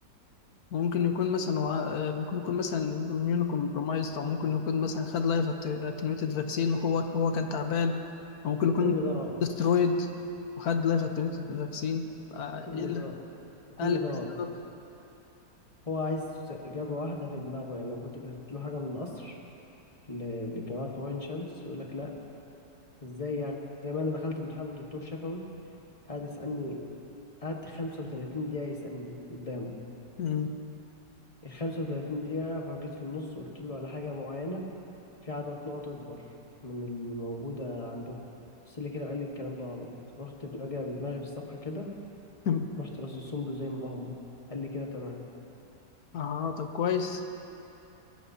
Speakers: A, on the left; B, on the left.
A: ممكن يكون مثلا وع- آه، ممكن يكون مثلا اميون كومبرومايزد او ممكن يكون مثلا خد لايف اتنويتد فاكسين وهو هو كان تعبان او ممكن يكون
B: كل ده غلط
A: استرويد وخد لايف اتنويتد فاكسين فايه
B: كل
A: اللي
B: ده كل
A: قال لك
B: ده
A: إيه
B: غلط
A: السبب
B: هو عايز إجابة واحدة في دماغه يعني لو كنت كتبت له حاجة من القصر ل- لجامعة عين شمس يقول لك لأ إزاي يعني زي ما أنا دخلت امتحان لدكتور شفوي قعد يسألني قعدت 35 دقيقة يسألني قدامه
A: مم.
B: ال 35 دقيقة فجيت في النص قلت له على حاجة معينة في عدد نقط أكبر من الموجودة عندهم بس اللي كده قال لي الكلام ده غلط رحت راجع بدماغي في الصفحة كده
A: <laughs>
B: رحت رصصهم له زي ما هم قال لي كده تمام
A: اه طب كويس